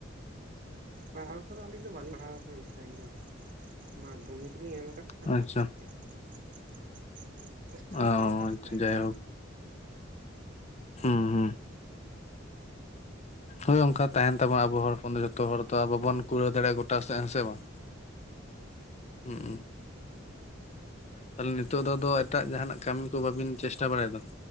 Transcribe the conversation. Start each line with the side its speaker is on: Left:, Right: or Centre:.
Right: ᱯᱟᱲᱦᱟᱣ ᱠᱚᱫᱚ ᱟᱹᱞᱤᱧ ᱫᱚ ᱵᱟᱹᱞᱤᱧ ᱯᱟᱲᱦᱟᱣ ᱟᱠᱟᱱᱟ ᱵᱮᱥᱤ ᱥᱟᱸᱜᱤᱧ ᱫᱚ ᱢᱟᱫᱽᱫᱷᱚᱢᱤᱠ ᱞᱤᱧ ᱮᱢ ᱟᱠᱟᱫᱟ᱾
Left: ᱟᱪᱪᱷᱟ
Right: <unintelligible>
Left: ᱚ ᱟᱪᱪᱷᱟ ᱡᱟᱭᱦᱳᱠ ᱦᱩᱸ ᱦᱩᱸ ᱦᱳᱭ ᱚᱱᱠᱟ ᱛᱟᱦᱮᱱ ᱛᱟᱵᱚ ᱟᱵᱚ ᱦᱚᱲᱯᱚᱱ ᱫᱚ ᱡᱚᱛᱚ ᱦᱚᱲ ᱛᱚ ᱟᱵᱚ ᱵᱚᱱ ᱠᱩᱲᱟᱹᱣ ᱫᱟᱲᱮᱭᱟᱜᱼᱟ ᱜᱚᱴᱟ ᱥᱮᱫ ᱦᱮᱸ ᱥᱮ ᱵᱟᱝ? ᱦᱮᱸ᱾ ᱛᱟᱦᱚᱞᱮ ᱱᱤᱛᱚᱜ ᱫᱚ ᱟᱫᱚ ᱮᱴᱟᱜ ᱡᱟᱦᱟᱸᱱᱟᱜ ᱠᱟᱹᱢᱤ ᱠᱚ ᱵᱟᱵᱤᱱ ᱪᱮᱥᱴᱟ ᱵᱟᱲᱟᱭᱫᱟ?